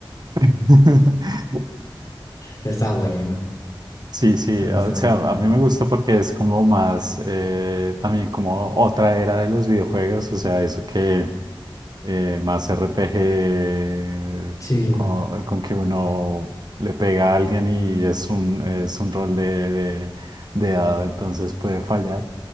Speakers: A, on the right; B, on the left.
A: <laughs>
B: Está bueno,
A: Sí, sí,
B: está,
A: o
B: está
A: sea,
B: muy bueno.
A: a mí me gusta porque es como más, eh, también como otra era de los videojuegos, o sea, eso que eh, más RPG
B: Sí,
A: con, con que uno le pega a alguien y es un, es un rol de, de, de dado, entonces puede fallar.